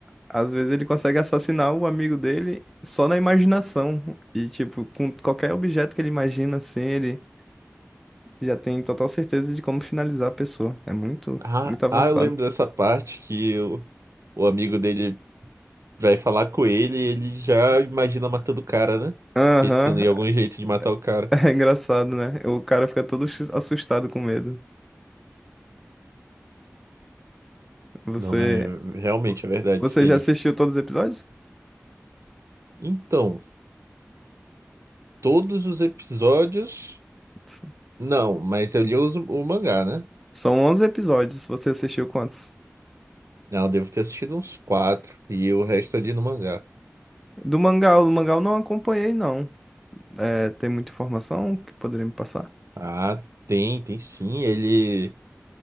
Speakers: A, in the centre; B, on the right.
A: às vezes ele consegue assassinar o amigo dele só na imaginação. E tipo, com qualquer objeto que ele imagina, assim, ele já tem total certeza de como finalizar a pessoa. É muito,
B: Ah,
A: muito avançado.
B: ah, eu lembro dessa parte que o, o amigo dele vai falar com ele e ele já imagina matando o cara, né?
A: Aham,
B: Pensando em algum jeito de matar o cara.
A: <laughs> É engraçado, né? O cara fica todo chu- assustado com medo. Você,
B: Não, mas realmente é verdade
A: você
B: isso aí.
A: já assistiu todos os episódios?
B: Então, todos os episódios.
A: S-
B: Não, mas eu li os- o mangá, né?
A: São 11 episódios. Você assistiu quantos?
B: Não, eu devo ter assistido uns quatro e o resto ali no mangá.
A: Do mangá, o mangá eu não acompanhei, não. É, tem muita informação que poderia me passar?
B: Ah, tem, tem sim. Ele